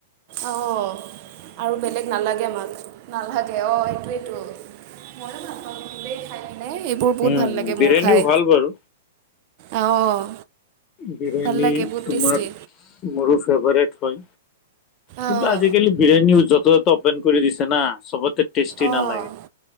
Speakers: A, on the right (about 45°); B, on the left (about 35°).
A: অ', আৰু বেলেগ নালাগে আমাক। নালাগে অ', এইটোৱেইটো মইও ভালপাওঁ কিন্তু দেই খাই পেলাই এ বোৰ বহুত
B: উম,
A: ভাল লাগে
B: বিৰিয়ানীও
A: মোৰ খাই
B: ভাল বাৰু
A: আ, অ'।
B: বিৰিয়ানী
A: ভাল লাগে বহুত
B: তোমাৰ
A: টেষ্টি
B: মোৰো ফেভাৰেট হয় কিন্তু
A: অঁ
B: আজিকালি বিৰিয়ানিও যতে ত অপেন কৰি দিছে না চবতে টেষ্টি
A: অ',
B: নালাগে।